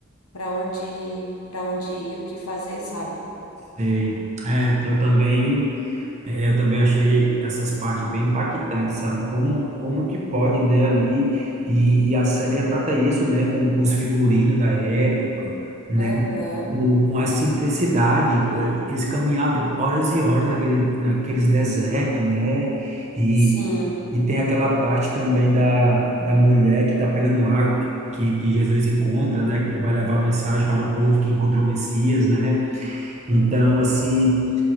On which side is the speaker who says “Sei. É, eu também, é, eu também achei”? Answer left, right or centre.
Right